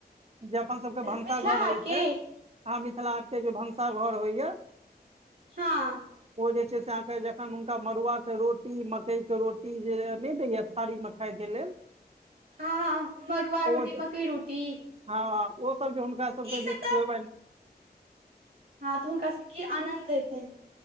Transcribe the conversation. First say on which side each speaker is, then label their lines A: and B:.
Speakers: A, on the right; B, on the right.
A: जे अपन सभके भनसाघर
B: मिथिला हाट
A: होइ
B: के
A: छैय अह मिथिलाट के जे भनसा घर होइया
B: हँ
A: ओ जे छैय से अहाँके जखन हुनका मरुआ रोटी मकई के रोटी जे नहि दैया थारी मऽ खाय के लेल।
B: हँ हँ मड़ुआ रोटी
A: ओ
B: मकइ रोटी।
A: हँ ओ सब जे हुनका
B: ई
A: सबके
B: सब
A: जे खूयेबनि
B: तऽ हँ तऽ हुनका सब की आनन्द एतै।